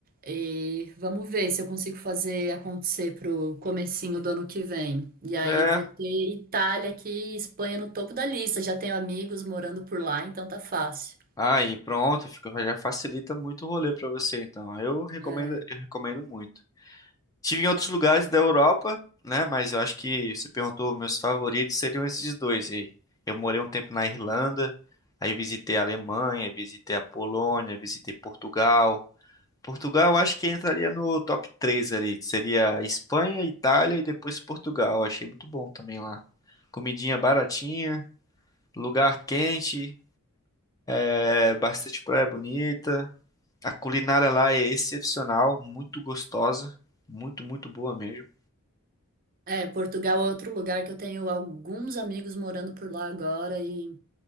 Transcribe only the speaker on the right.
e vamos ver se eu consigo fazer acontecer pro comecinho do ano que vem. E aí
eu vou ter Itália aqui e Espanha no topo da lista. Já tenho amigos morando por lá, então tá fácil.
É.
É, Portugal é outro lugar que eu tenho alguns amigos morando por lá agora e